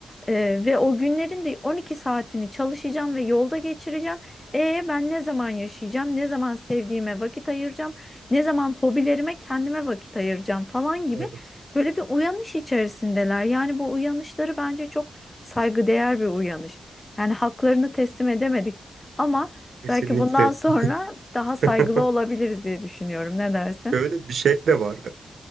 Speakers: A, on the left (about 25°); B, on the right (about 75°).
A: Ee, ve o günlerin de 12 saatini çalışacağım ve yolda geçireceğim. E ben ne zaman yaşayacağım? Ne zaman sevdiğime vakit ayıracağım? Ne zaman hobilerime kendime vakit ayıracağım falan gibi
B: Evet.
A: böyle bir uyanış içerisindeler. Yani bu uyanışları bence çok saygıdeğer bir uyanış. Yani haklarını teslim edemedik ama
B: Kesinlikle.
A: belki bundan sonra daha saygılı
B: <laughs>
A: olabiliriz diye düşünüyorum. Ne dersin?
B: Şöyle bir şey de var.